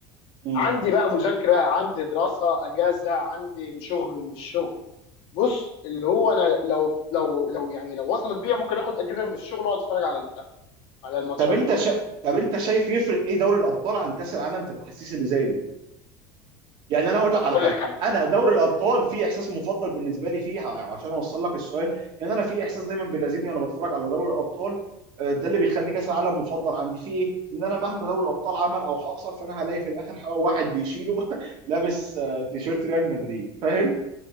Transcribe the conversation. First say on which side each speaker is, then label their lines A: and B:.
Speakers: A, on the right; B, on the left.
A: مم.
B: عندي بقى مذاكره عندي دراسه اجازه عندي شغل مش شغل بص اللي هو انا لو لو لو يعني لو وصلت بيا ممكن اخد اجازه من الشغل واقعد اتفرج على البتاع على الماتشات
A: طب انت شا... طب انت شايف يفرق ايه دوري الابطال عن كاس العالم في الاحاسيس اللي زي دي يعني
B: ي-
A: انا هقول لك على
B: اقول
A: حاجه
B: لك حاجه
A: انا دوري الابطال في احساس مفضل بالنسبه لي فيه ع- عشان اوصل لك السؤال يعني انا في احساس دايما بيلازمني وانا بتفرج على دوري الابطال آه، ده اللي بيخلي كاس العالم مفضل عندي فيه ايه ان انا مهما دوري الابطال عمل او حصل فانا هلاقي في الاخر ح- واحد بيشيله <laughs> لابس آه، تيشيرت ريال مدريد فاهم